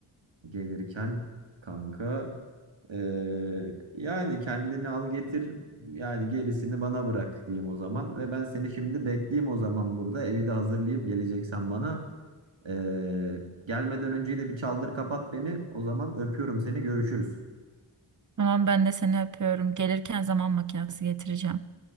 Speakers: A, on the right; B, on the right.
A: Gelirken kanka ee, yani kendini al getir yani gerisini bana bırak diyeyim o zaman ve ben seni şimdi bekleyeyim o zaman burada evi de hazırlayayım geleceksen bana Ee, gelmeden önce de bir çaldır kapat beni o zaman öpüyorum seni görüşürüz
B: Tamam ben de seni öpüyorum. Gelirken zaman makinesi getireceğim.